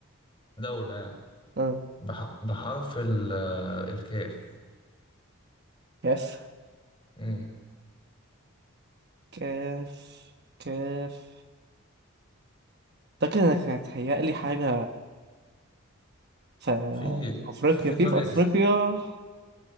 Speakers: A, on the left (about 25°); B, on the right (about 50°).
A: دولة يعني
B: اه
A: بح... بحرف ال... الكاف
B: كاف
A: مم.
B: كاف كاف أعتقد إنك هتهيألي حاجة في
A: في
B: أفريقيا
A: في في
B: في
A: دماغي
B: في أفريقيا
A: اسم